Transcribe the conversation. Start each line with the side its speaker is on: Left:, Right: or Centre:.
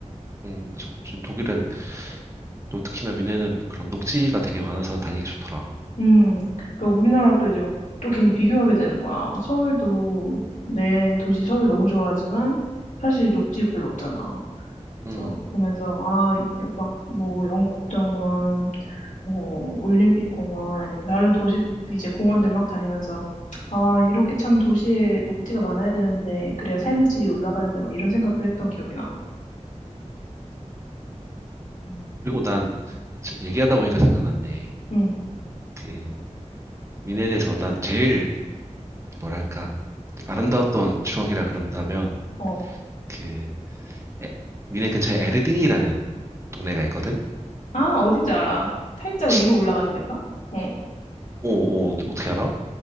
Right: 음, 맞아. 지금 독일은 또 특히나 미네는 그런 녹지가 되게 많아서 다니기 좋더라.
Left: 음, 그러니까 우리나라 또 이제 막 또 괜히 비교하게 되는 거야. 서울도 내 도시 서울 너무 좋아하지만 사실 녹지 별로 없잖아.
Right: 음.
Left: 그래서 보면서 아, 막 뭐 영국정원, 뭐 올림픽공원 아니면 다른 도시 이제 공원들 막 다니면서 아, 이렇게 참 도시에 녹지가 많아야 되는데 그래야 삶의 질이 올라가는데 막 이런 생각도 했던 기억이 나. 음.
Right: 그리고 난 얘기하다 보니까 생각났네.
Left: 응,
Right: 그 미넨에서 난 제일 뭐랄까 아름다웠던 추억이라 그런다면
Left: 어.
Right: 그 에- 미넨 근처에 에르딩이라는 동네가 있거든.
Left: 아, 어딘지 알아. 살짝
Right: 진,
Left: 위로 올라가는 데인가? 응.
Right: 오, 오, 어떻게 알아?